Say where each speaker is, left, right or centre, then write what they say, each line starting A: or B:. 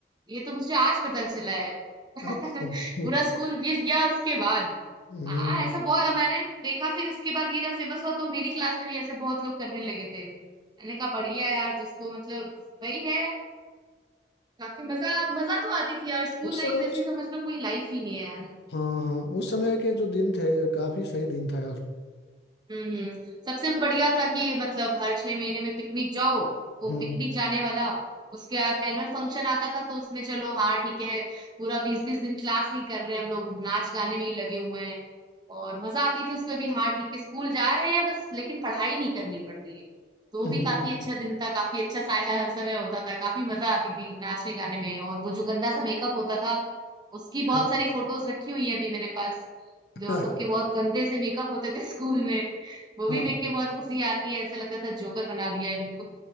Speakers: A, on the right; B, on the left.
A: ये तो मुझे आज पता चला है <laughs>
B: अच्छा हम्म,
A: पूरा स्कूल बीत गया उसके बाद
B: हम्म।
A: हाँ ऐसा बहुत मैंने देखा फिर उसके बाद ये जब फेमस हुआ तो मेरी क्लास में भी ऐसे बहुत लोग करने लगे थे मैंने कहा बढ़िया यार जिसको मतलब वही है काफी मजा मजा तो आती थी यार स्कूल
B: उस
A: लाइफ
B: समय
A: जैसी
B: उस
A: समझ लो कोई लाइफ ही नहीं है
B: हाँ हाँ उस समय के जो दिन थे काफी सही दिन था यार
A: हम्म हम्म। सबसे बढ़िया था कि मतलब हर छह महीने में पिकनिक जाओ वो
B: हम्म
A: पिकनिक जाने वाला उसके बाद एनुअल फंक्शन आता था तो उसमें चलो हाँ ठीक है पूरा बीस बीस दिन क्लास नहीं कर रहे हैं हम लोग नाच गाने में ही लगे हुए हैं और मजा आती थी उसमें भी हाँ ठीक है स्कूल जा रहे हैं बस लेकिन पढ़ाई नहीं करनी पड़ती है तो वो
B: हम्म,
A: भी
B: हम्म,
A: काफी अच्छा दिन था काफी अच्छा सा- अ, समय होता था काफी मजा आती थी नाचने गाने में और वो जो गंदा सा मेकअप होता था उसकी बहुत
B: हाँ
A: सारी फोटोज रखी हुई है अभी मेरे पास जो
B: हाँ
A: सबके बहुत गंदे से मेकअप होते थे <laughs> स्कूल में मूवी
B: हाँ हाँ।
A: देख के बहुत हंसी आती है ऐसा लगता था जोकर बना दिया है बिल्कुल